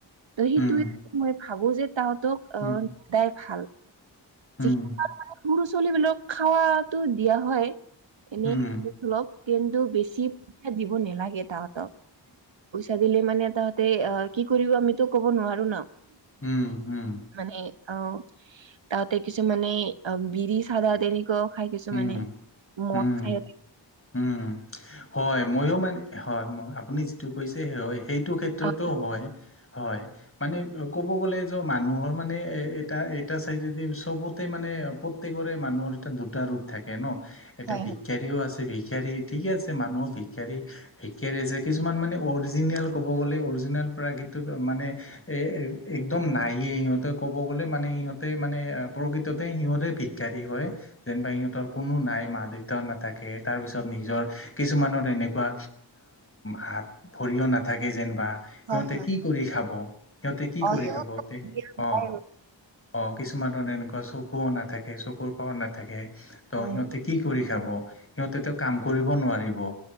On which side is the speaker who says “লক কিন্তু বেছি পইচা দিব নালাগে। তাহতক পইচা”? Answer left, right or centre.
Right